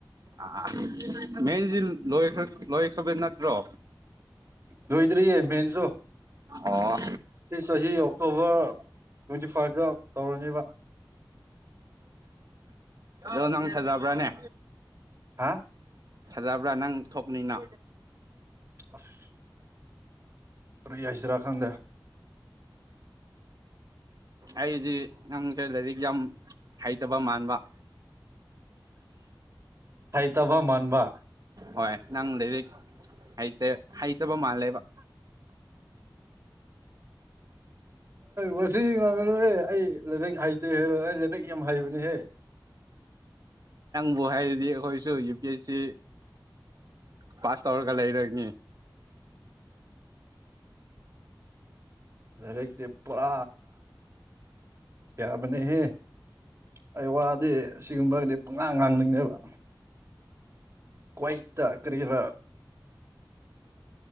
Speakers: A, on the right; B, on the right.
A: ꯑ ꯃꯦꯟꯁꯤ ꯂꯣꯏ ꯂꯣꯏꯈ꯭ꯔꯕ ꯅꯠꯇ꯭ꯔꯣ
B: ꯌꯣꯏꯗꯔꯤꯌꯦ ꯃꯦꯦꯟꯁꯨꯣ
A: ꯑꯣ
B: ꯁꯤ ꯆꯍꯤ ꯑꯣꯛꯇꯣꯚꯔ ꯇ꯭ꯋꯦꯟꯇꯤ ꯐꯥꯏꯚꯇ ꯇꯧꯔꯅꯦꯕ
A: ꯑꯣ ꯅꯪ ꯐꯖꯕ꯭ꯔꯥꯅꯦ
B: ꯍꯥ
A: ꯐꯖꯕ꯭ꯔꯥ ꯅꯪ ꯊꯣꯛꯅꯤꯅ
B: ꯑꯁ ꯑ ꯍꯥꯏꯁꯤꯔꯥ ꯈꯥꯟꯗ
A: ꯑꯩꯗꯤ ꯅꯪꯁꯦ ꯂꯥꯏꯔꯤꯛ ꯌꯥꯝ ꯍꯩꯇꯕ ꯃꯥꯟꯕ ꯑ
B: ꯍꯩꯇꯕ ꯃꯥꯟꯕ
A: ꯍꯣꯏ ꯅꯪ ꯂꯩꯔ ꯍꯥꯏ ꯍꯥꯏ ꯆꯕꯣ ꯃꯥꯜꯂꯦꯕ
B: ꯋꯥꯁꯤ ꯉ ꯃꯨ ꯑꯦ ꯑꯩ ꯂꯥꯏꯔꯤꯛ ꯍꯩꯖꯦ ꯍꯥꯏꯔꯣ ꯑꯩ ꯂꯥꯏꯔꯤꯛ ꯌꯥꯝ ꯍꯩꯕꯅꯦꯍꯦ
A: ꯕꯨ ꯍꯥꯏꯔꯗꯤ ꯑꯩꯈꯣꯏꯁꯨ U P S C pass ꯇꯔꯔꯒ ꯂꯩꯔꯒꯅꯤ
B: ꯑꯔꯦꯗꯤ ꯄꯨꯔꯥ ꯀꯌꯥꯕꯅꯦ ꯍꯦ ꯑꯩ ꯋꯥꯗꯤ ꯁꯤꯒꯨꯝꯕꯒꯤꯗꯤ ꯄꯨꯡꯅꯥꯥꯡ ꯉꯥꯡꯅꯤꯡꯅꯦꯕ ꯀ꯭ꯏꯠꯇ ꯀꯔꯤꯕ